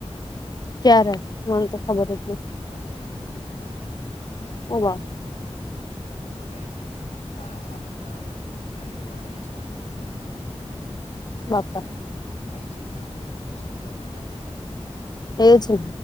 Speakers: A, on the left; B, on the left.
A: ક્યારે? મન તો ખબર જ નથી
B: આ જયારે ખોદ્યું ને ત્યારે, અંદર જોયું
A: ઓ બા
B: તું. હવે આ-આ બધા લારીઓવાળા એ જ પાણી વાપરતા હોય.
A: <unintelligible>
B: હાઈજીન ના હોય તો પછી આપણે માદા પડીએ ને.
A: એ છે.